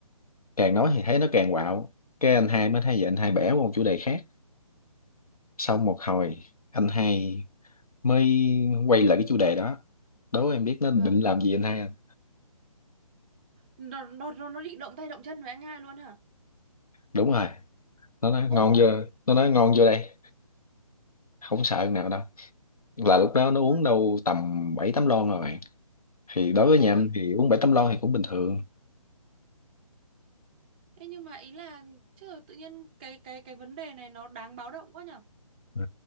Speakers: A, on the left; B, on the right.
A: càng nói thì thấy nó càng quạo cái anh hai mới thấy vậy anh hai bẻ qua một chủ đề khác xong một hồi anh hai mới quay lại cái chủ đề đó đố em biết nó định
B: vâng
A: làm gì anh hai anh
B: nó nó nó nó định động tay động chân với anh hai luôn hả
A: đúng rồi nó nói
B: ôi
A: ngon chưa nó nói ngon vô đây không sợ nào đâu là lúc đó nó
B: ôi
A: uống đâu tầm 7 8 lon rồi bạn thì đối
B: ôi
A: với nhà anh thì uống 7 8 lon thì cũng bình thường
B: thế nhưng mà ý là chứ tự nhiên cái cái cái vấn đề này nó đáng báo động quá nhở
A: Ừ.